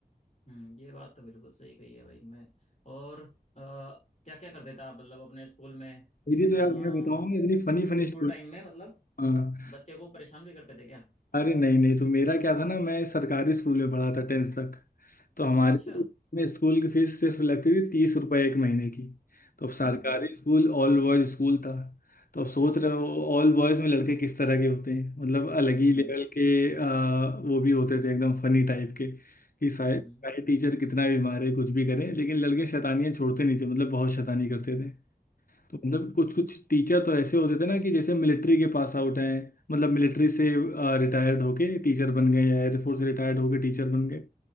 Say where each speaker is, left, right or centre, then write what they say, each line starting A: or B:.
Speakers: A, on the left; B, on the left.
A: हम्म ये बात तो बिल्कुल सही कही है भाई मैं और क्या क्या करते थे आप मतलब अपने स्कूल में
B: मेरी
A: अ,
B: तो यार मैं बताऊँ ना, इतनी फनी फनी
A: स्कूल
B: स्टोरी
A: टाइम में मतलब
B: हाँ।
A: बच्चे को परेशान भी करते थे क्या
B: अरे नहीं नहीं तो मेरा क्या था ना मैं सरकारी स्कूल में पढ़ा था टेंथ तक तो हमारे
A: अच्छा
B: में स्कूल की फीस सिर्फ लगती थी तीस रुपए एक महीने की तो अब सरकारी
A: हम्म
B: स्कूल ऑल बॉयज स्कूल था तो अब सोच रहे हो ऑल बॉयज में लड़के किस तरह के होते हैं मतलब अलग ही
A: हम्म
B: लेवल के आ, वो भी होते थे एकदम फनी टाइप के कि सारे
A: हम्म हम्म,
B: टीचर कितना भी मारे कुछ भी करे लेकिन लड़के शैतानियां छोड़ते नहीं थे मतलब बहुत शैतानी करते थे तो मतलब कुछ कुछ टीचर तो ऐसे होते थे ना कि जैसे मिलिट्री के पास आउट हैं मतलब मिलिट्री से रिटायर्ड होके टीचर बन गए या एयरफोर्स से रिटायर्ड होके टीचर बन गए